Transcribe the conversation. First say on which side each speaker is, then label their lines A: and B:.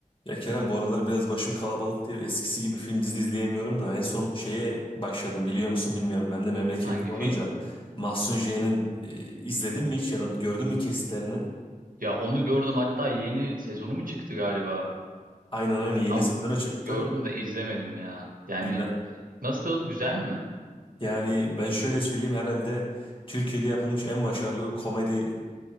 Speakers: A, on the left; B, on the right.
A: Ya Kerem bu aralar biraz başım kalabalık değil. Eskisi gibi film dizi izleyemiyorum da en son şeye başladım biliyor musun bilmiyorum. Ben de memleketli
B: Hangi
A: olunca
B: film?
A: Mahsun J'nin e, izledin mi hiç ya da gördün mü kesitlerini?
B: Ya onu gördüm hatta yeni sezonu mu çıktı galiba?
A: Aynen aynen yeni
B: Ama
A: sezonu çıktı.
B: gördüm de izlemedim ya. Yani
A: Yine,
B: nasıl güzel mi?
A: yani ben şöyle söyleyeyim herhalde Türkiye'de yapılmış en başarılı komedi